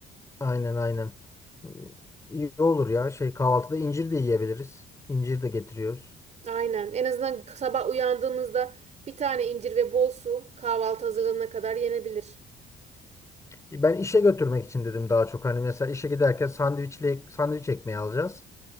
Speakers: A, on the left; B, on the right.
A: Aynen aynen. İyi olur ya. Şey kahvaltıda incir de yiyebiliriz. İncir de getiriyoruz.
B: Aynen. En azından sabah uyandığımızda bir tane incir ve bol su kahvaltı hazırlanana kadar yenebilir.
A: Ben işe götürmek için dedim daha çok. Hani mesela işe giderken sandviçle sandviç ekmeği alacağız.